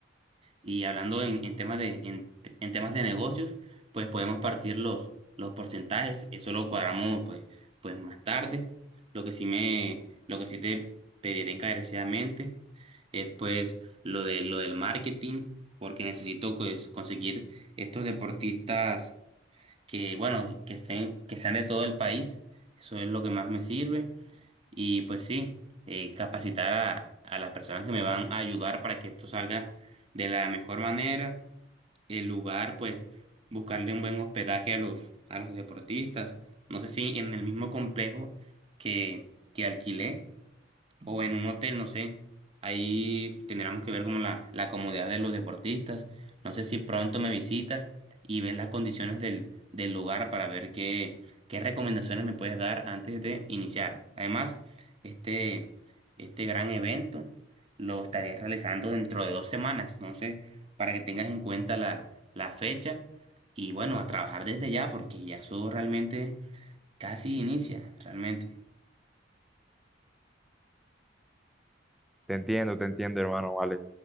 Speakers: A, on the right; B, in the centre.
A: Y hablando en, en temas de, en, en temas de negocios, pues podemos partir los, los porcentajes, eso lo cuadramos pues, pues más tarde. Lo que sí me, lo que sí te pediré encarecidamente es pues lo de lo del marketing, porque necesito pues, conseguir estos deportistas que, bueno, que estén, que sean de todo el país. Eso es lo que más me sirve. Y pues sí, eh, capacitar a, a las personas que me van a ayudar para que esto salga de la mejor manera. El lugar, pues, buscarle un buen hospedaje a los, a los deportistas. No sé si en el mismo complejo que, que alquilé o en un hotel, no sé. Ahí tendríamos que ver como la, la comodidad de los deportistas. No sé si pronto me visitas y ves las condiciones del, del lugar para ver qué, qué recomendaciones me puedes dar antes de iniciar. Además, este, este gran evento lo estaré realizando dentro de dos semanas. Entonces, para que tengas en cuenta la, la fecha y bueno, a trabajar desde ya porque ya eso realmente casi inicia, realmente.
B: Te entiendo, te entiendo, hermano, vale.